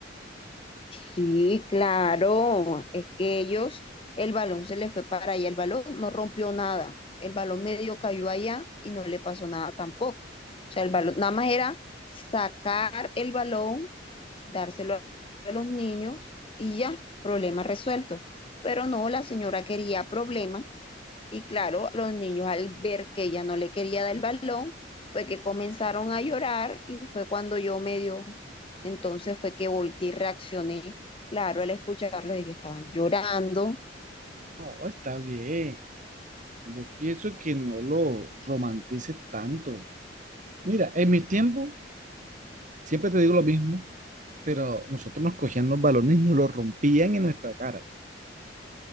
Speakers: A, on the left; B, on the right.
A: Sí, claro, es que ellos, el balón se le fue para allá, el balón no rompió nada, el balón medio cayó allá y no le pasó nada tampoco. O sea, el balón, nada más era sacar el balón dárselo a los niños y ya, problema resuelto. Pero no, la señora quería problema y claro, los niños al ver que ella no le quería dar el balón, fue que comenzaron a llorar y fue cuando yo medio, entonces fue que volteé y reaccioné. Claro, al escucharlos ellos estaban llorando,
B: No, está bien. Yo pienso que no lo romantices tanto. Mira, en mi tiempo Siempre te digo lo mismo, pero nosotros nos cogían los balones y nos los rompían en nuestra cara.